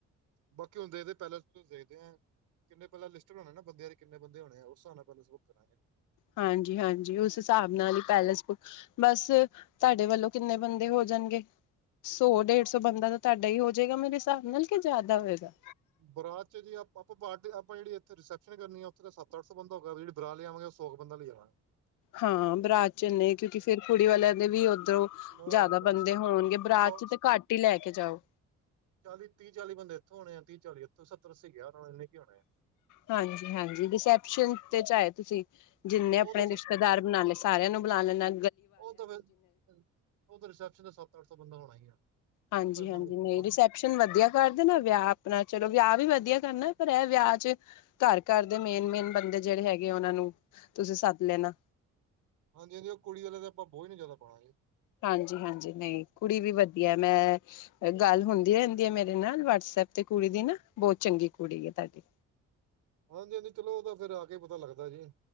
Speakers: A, on the right; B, on the left.
A: ਬਾਕੀ ਹੁਣ ਦੇਖਦੇ ਪੈਲੇਸ ਦੇਖਦੇ ਆਂ। ਕਿੰਨੇ ਪਹਿਲਾ ਲਿਸਟ ਬਣਾਣੇ ਨਾ ਬੰਦਿਆਂ ਦੇ ਕਿੰਨ ਬੰਦੇ ਹੋਣੇ। ਉਸ ਹਿਸਾਬ ਨਾਲ ਪਹਿਲ ਬੱਕ ਕਰਾਂਗੇ।
B: ਹਾਂਜੀ- ਹਾਂਜੀ ਉਸ ਹਿਸਾਬ ਨਾਲ ਹੀ। ਪੈਲੇਸ ਬੁੱਕ ਬਸ ਤੁਹਾਡੇ ਵੱਲੋਂ ਕਿੰਨੇ ਬੰਦੇ ਹੋ ਜਾਣਗੇ। ਸੌ ਡੇਢ - ਸੌ ਬੰਦਾ ਤਾਂ ਤੁਹਾਡਾ ਹੀ ਹੋ ਜਾਏਗਾ। ਮੇਰੇ ਹਿਸਾਬ ਨਾਲ ਕਿ ਜ਼ਿਆਦਾ ਹੋਏਗਾ?
A: ਬਰਾਤ ਚ ਜੇ ਆਪਾਂ ਪਟੀ ਆਪ ਜਿਹੜੀ ਇੱਥੇ ਰਿਸਪਸ਼ਨ ਕਰਨੀ ਆ ਉੱਥੇ ਤਾਂ ਸੱਤ- ਅੱਠ ਸੌ ਬੰਦਾ ਊਗਾ ਜਿਹੜ ਬਰਾਾਲ ਆਵਾਂਗੇ। ਸੋ ਕੁ ਬੰਦਾ ਲ ਆਵਣਾ।
B: ਹਾਂ। ਬਰਾਤ ਨੇ ਕਿਉਂਕਿ ਫਰ ਕੁੜੀ ਵਾਲਿਆਂ ਦੇ ਵੀ ਉੱਧਰੋਂ।
A: ਨਾ-ਨਾ-ਨਾ
B: ਜ਼ਿਆਦਾ ਬੰਦੇ ਹੋਣਗੇ। ਬਰਾਤ
A: ਸੌ
B: ਚ ਤਾਂ ਘੱਟ ਹੀ ਲੈ ਕੇ ਜਾਓ।
A: ਚਾਲੀ ਤੀਹ- ਚਾਲੀ ਬੰਦੇ ਇੱਥੋਂ ਹੋਣੇ ਆ। ਤੀਹ ਚਾਲੀ ਇੱਥ ਸੱਤਰੱਸੀਜ਼ਾਰ ਹੋਣੇ ਇਨੇ ਕੀ ਹੋਣੇ ਆ।
B: ਹਾਂਜੀ - ਹਾਂਜੀ ਰਿਸੈਪਸ਼ਨ ਤੇ ਚ ਆਏ ਤੁਸੀਂ ਜਿੰਨੇ
A: ਉਹ
B: ਆਪਣੇ
A: ਤਾਂ ਸ-
B: ਰਿਸ਼ਤੇਦਾਰ ਬਣਾ ਲੈ। ਸਾਰਿਆਂ ਨੂੰ ਬੁਲਾ ਲੈਂਦਾ।
A: ਉਹ ਤਾਂ ਫ ਉਹ ਤਾਂ ਰਿਸੈਪਸ਼ਨ ਦਾ ਸੱਤ - ਅੱਠ ਸੌ ਬੰਦਾ ਹੋਣਾ ਹੀ ਆ।
B: ਹਾਂਜੀ-
A: ਉਹ ਤਾਂ ਇੰਨਾ
B: ਹਾਂਜੀ
A: ਹੋਊਗਾ
B: ਨਹੀਂ
A: ਬਾਕੀ
B: ਰੈਪ। ਵਧੀਆ ਕਰਦੇ ਨਾ। ਵਿਆਹ ਆਪਣਾ ਚਲੋ ਵਿਆਹ ਵੀ ਵਧੀਆ ਕਰਨਾ। ਪਰ ਇਹ ਵਿਆਹ ਚ ਘਰ ਘਰ ਦੇ ਮੇਨ ਮੇਨ ਬੰਦੇ ਜਿਹੜੇ ਹੈਗੇ ਆ। ਉਹਨਾਂ ਨੂੰ ਤੁਸੀਂ ਸੱਦ ਲੈਣਾ।
A: ਹਾਂਜੀ - ਹਾਂਜੀ ਉਹ ਕੁੜੀ ਵਾਲੇ ਤਾਂ ਆਪਾਂ ਬੋਝ ਨੀ ਜ਼ਿਆਦਾ ਪਾਉਣਾਗੇੇ।
B: ਹਾਂਜੀ- ਹਾਂਜੀ ਨਹੀਂ ਕੁੜੀ ਵੀ ਵਧੀਆ। ਮੈਂ ਗੱਲ ਹੁੰਦੀ ਰਹਿੰਦੀ ਹੈ। ਮੇਰੇ ਨਾਲ ਵਟਸਐਪ ਤੇ ਕੁੜੀ ਦੀ ਨਾ ਬਹੁਤ ਚੰਗੀ ਕੁੜੀ ਹੈ। ਤੁਹਾਡੀ
A: ਹਾਂਜੀ - ਹਾਂਜੀ ਚਲੋ ਉਹ ਤਾਂ ਫ਼ਿਰ ਆ ਕੇ ਪਤਾ ਲੱਗਦਾ ਜੀ।